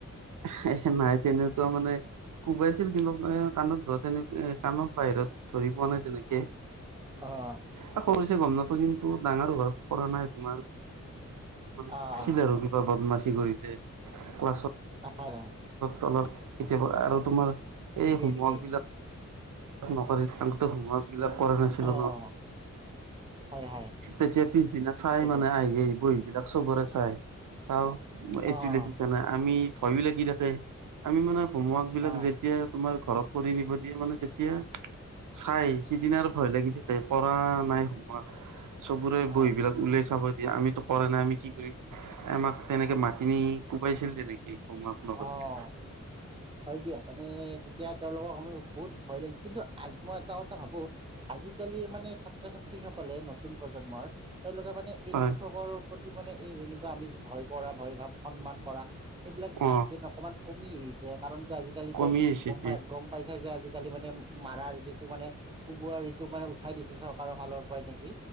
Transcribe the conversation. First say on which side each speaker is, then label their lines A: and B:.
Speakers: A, on the right; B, on the right.
A: হে হে
B: এনেকুৱা
A: নাই তেনেকুৱা মানে। কোবাইছিল কিন্তু কাণত ধৰা তেনেক কাণত বাহিৰত ধৰি পোৱা নাই তেনেকে।
B: অঁ!
A: আ এই সৰু যে গম নাপোই কিন্তু ডাঙৰ অভাৱ পৰা নাই তোমাৰ মানে
B: অঁ
A: আছিলে আৰু কিবা বদমাচি কৰিলে ক্লাছত
B: আৰু আহে
A: তলত কেতিয়াবা আৰু তোমাৰ এই
B: ঠিকেই
A: হোমৱৰ্ক
B: ঠিকেই
A: বিলাক নকৰিত থাকোতে হোমৱৰ্ক বিলাক কৰা নাছিলো
B: অঁ
A: ন।
B: হয় হয়
A: তেতিয়া পিছদিনা চাই
B: ঠিকেই
A: মানে আহি আহেই বহী বিলাক চবৰে চাই। চাও
B: অঁ
A: এইটো লিখিছা নাই আমি ভয়ো লাগি থাকে। আমি মানে হোমৱৰ্ক বিলাক
B: অঁ
A: যেতিয়া তোমাৰ ঘৰত কৰি নিব দিয়ে মানে তেতিয়া। এতিয়া চাই সিদিনৰ ভয় লাগিছোই পঢ়া নাই সোমোৱা। চবোৰে
B: হয়
A: বহি বিলাক উলিয়াই চাব। যে আমিতো পৰা নাই আমি কি কৰিম আমাক তেনেকে মাতি নি কোবাইছিল তেনেকে। এই হোমৱৰ্ক। নকৰিলে
B: অঁ হয় দিয়া মানে তেতিয়া তেওঁলোকক আমি বহুত ভয় লাগিল কিন্তু! আজি মই এটা কথা ভাবো। আজিকালিৰ মানে ছাত্ৰ ছাত্ৰীসকলে নতুন প্ৰজন্মৰ তেওঁলোকে মানে। এই
A: হয়
B: শিক্ষকৰ প্ৰতি মানে এই যেনেকুৱা আমি ভয় কৰা ভয় ভাৱ সন্মান কৰা সেইবিলাক। ভাব
A: অ
B: যেন অকমান কমি আহিছে কাৰণ আজিকালি
A: কমি আহিছে
B: গম
A: এতিয়া
B: পাই গম। পাইছা যে আজিকালি মানে মাৰাৰ যিটো মানে। কোবোৱা ৰিটো মানে উঠাই দিছে চৰকাৰৰ ফালৰ পৰাই নেকি।